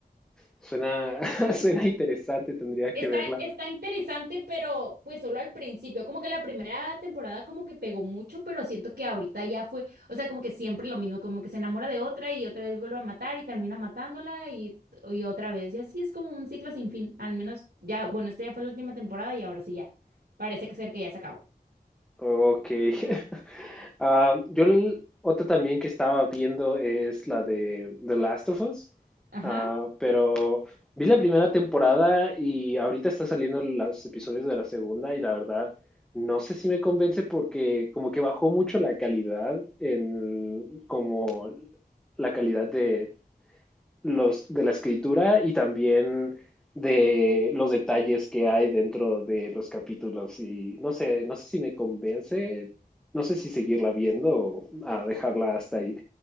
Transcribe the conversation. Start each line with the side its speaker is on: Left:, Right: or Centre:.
Centre: Suena, <laughs> suena interesante, tendría
Right: Está,
Centre: que verla.
Right: está interesante, pero pues solo al principio, como que la primera temporada como que pegó mucho, pero siento que ahorita ya fue, o sea, como que siempre lo mismo, como que se enamora de otra y otra vez vuelve a matar y termina matándola y, y otra vez, y así es como un ciclo sin fin, al menos ya, bueno, esta ya fue la última temporada y ahora sí ya, parece que ser que ya se acabó.
Centre: Ok. <laughs> Ah, yo el- otra también que estaba viendo es la de The Last of Us.
Right: Ajá.
Centre: Ah, pero vi la primera temporada y ahorita está saliendo los episodios de la segunda y la verdad no sé si me convence porque como que bajó mucho la calidad en como la calidad de, los de la escritura y también de los detalles que hay dentro de los capítulos y no sé, no sé si me convence, no sé si seguirla viendo o a dejarla hasta ahí.